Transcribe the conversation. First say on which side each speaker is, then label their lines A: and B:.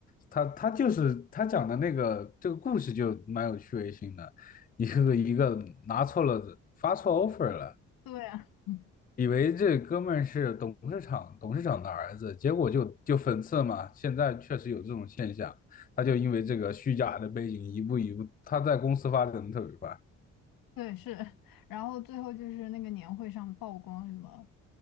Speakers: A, on the left; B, on the left.
A: 他他就是他讲的那个这个故事就蛮有趣味性的，一个一个拿错了发错 offer 了，
B: 对啊，嗯，
A: 以为这哥们儿是董事长董事长的儿子，结果就就讽刺嘛。现在确实有这种现象，他就因为这个虚假的背景，一步一步，他在公司发展的特别快。
B: 对是。然后最后就是那个年会上曝光什么，